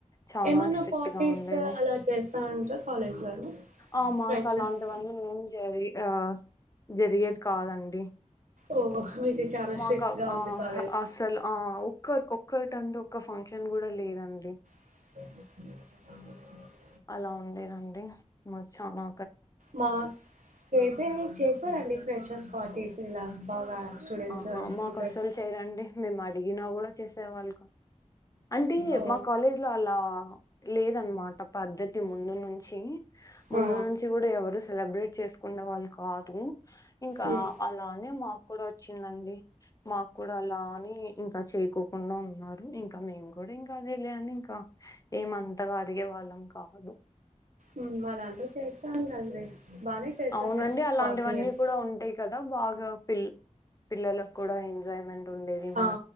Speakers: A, on the left; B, on the right.
A: చాలా
B: ఏమన్నా
A: స్ట్రిక్ట్
B: పార్టీస్
A: గా ఉండేది
B: అలా చేస్తా ఉంటారా కాలేజ్ లో అండి
A: ఆ మాకు
B: ఫ్రెషర్స్
A: లాంటివన్నీ ఎం జరి ఆ జరిగేది కాదండి
B: ఓ మీది చాలా
A: మాగా
B: స్ట్రిక్ట్ గా ఉంది
A: ఆ
B: కాలేజ్
A: అసలు ఆ ఒక్క ఒ ఒక్కటంటే ఒక ఫంక్షన్ కూడా లేదు అండి
B: స
A: అలా ఉండేదండి మ చానా
B: మాకైతే చేసారండి ఫ్రెషర్ పార్టీస్ ఇలా బాగా స్టూడెంట్స్
A: ఆహా మాకు
B: ఇంట్రెస్ట్
A: అసలు చేయరండి మేము అడిగినా కూడా చేసే వాళ్లు అంటే
B: ఓ
A: మా కాలేజ్ లో అలా లేదు అన్నమాట పద్ధతి ఈ ముందు నుంచి ముందు
B: ఆ
A: నుంచి కూడా ఎవరు సెలబ్రేట్ చేసుకున్న వాళ్ళు కాదు ఇంకా
B: ఉమ్,
A: అలానే మాకు కూడా వచ్చిందండి మాకు కూడా అలాని ఇంకా చేయకోకుండా ఉన్నారు ఇంకా మేము కూడా ఇంకా అదే లే అని ఇంకా ఏమంతగా అడిగే వాళ్ళం కాదు
B: ఉమ్, మా దాంట్లో చేస్తానండి బానే చేస్తా
A: అవునండి
B: ఫ్రెషర్స్
A: అలాంటివన్నీ
B: పార్టీ అని.
A: కూడా ఉంటాయి కదా బాగా పిల్ పిల్లలకు కూడా ఎంజాయ్మెంట్ ఉండేది మన
B: ఆ